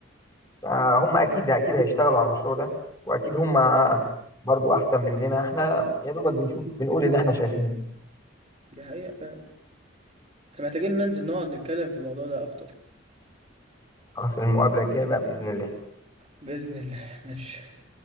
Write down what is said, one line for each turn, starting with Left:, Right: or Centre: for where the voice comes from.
Left: فهم اكيد اكيد هيشتغلوا على المشروع ده واكيد هم برضو احسن مننا احنا يا دوبك بنشوف بنقول اللي احنا شايفينه
Right: دي حقيقه فعلا احنا محتاجين ننزل نقعد نتكلم في الموضوع ده اكتر
Left: خلاص المقابله الجايه بقى باذن الله
Right: باذن الله ماشي